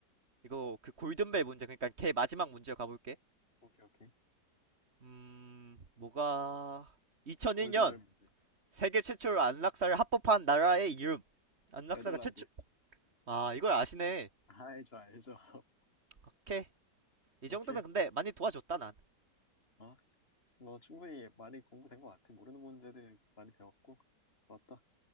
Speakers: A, on the right (about 35°); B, on the left (about 35°).
A: 이거 그 골든벨 문제 그러니까 걔 마지막 문제 가볼게
B: 오케이, 오케이.
A: 음 뭐가 2001년
B: 골든벨 문제.
A: 세계 최초로 안락사를 합법한 나라의 이름 안락사가
B: 네덜란드.
A: 최초 아 이걸 아시네
B: 알죠, 알죠. <laughs>
A: 오케이 이
B: 오케이.
A: 정도면 근데 많이 도와줬다 난
B: 어? 뭐 충분히 많이 공부된 것 같아. 모르는 문제들 많이 배웠고. 맞다.